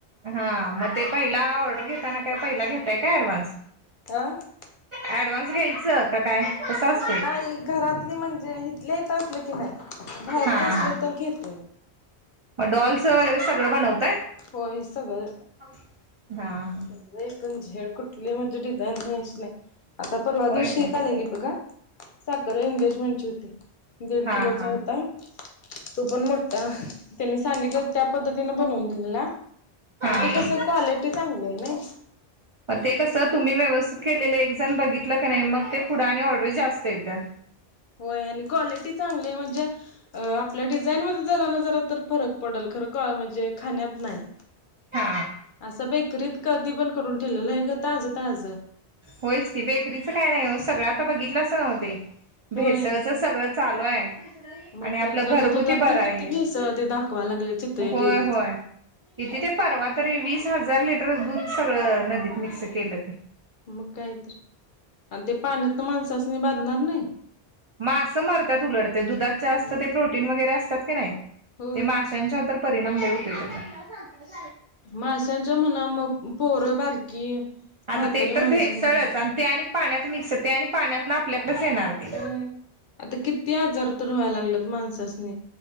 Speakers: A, on the right; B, on the left.
A: हा, मग ते पहिला ऑर्डर घेताना, काय पहिला घेताय का ऍडवान्स?
B: <unintelligible>
A: ऍडव्हान्स घ्यायचं का? काय? कस अस
B: नाही, घरातली म्हणजे, इथले इथ असलं की नाही, बाहेरच
A: हा
B: असलं
A: हा
B: तर घेतोय.
A: मग डॉलच वैगरे सगळं बनवताय?
B: होय, सगळं.
A: हा, हा.
B: <unintelligible> आता परवा
A: होय
B: दिवशी
A: काय
B: एक आलेली बघा, साखर एंगेजमेंटची होती. दीड
A: हा
B: किलोचा
A: हा
B: होता, तो पण मोठा त्यांनी सांगितलं त्या पद्धतीन बनवून दिलेला. आणि
A: हा
B: ते
A: हा
B: कसं क्वालीटी‌त चांगली नाही.
A: ते कसं तुम्ही व्यवस्थित केलेलं एक जण बघितलं का नाही मग ते पुुढं आणि ऑर्डर जास्त येतात.
B: होय आणि क्वालिटी चांगली म्हणजे अ आपल्या डिझाईन मध्ये जरा ना जरा तर फरक पडेल खरं का म्हणजे खाण्यात नाही.
A: हा
B: असं बेकरीत कधी पण करून ठेवलेलं आहे, ग ताज ताज
A: होयच की बेकरीचं काय नाही हो सगळं आता बघितलंच नव्हते भेसळच
B: होय
A: सगळं चालू आहे.
B: मग
A: आणि आपलं
B: काय तर
A: घरगुती
B: आता दुधात
A: बर
B: तर
A: आहे
B: किती
A: हे.
B: भेसळ ते दाखवा लागले चितळे
A: होय
B: डेअरीच
A: होय. इथे ते परवा तरी वीस हजार लिटर दूध सगळं नदीत मिक्स केलं ते.
B: मग काय तर आणि ते पाण्यात तर माणसासनी बाधनार नाही.
A: मासं मरतात उलट ते. दुधात जास्त
B: मग
A: ते प्रोटीन वगैरे असतात की नाही
B: होय
A: ते माशांच्या तर परिणाम लय होत्यात त्याच
B: माशांचं म्हणा मग पोरं बारकी
A: आता
B: म्हातारी
A: ते एक
B: माणसं
A: तर भेसळच
B: म्हणा
A: आणि ते आणि पाण्यात मिक्स ते आणि पाण्यातन आपल्याकडेच येणार. ते
B: हम. आता किती आजार तर व्हायला लागलंत माणसासनी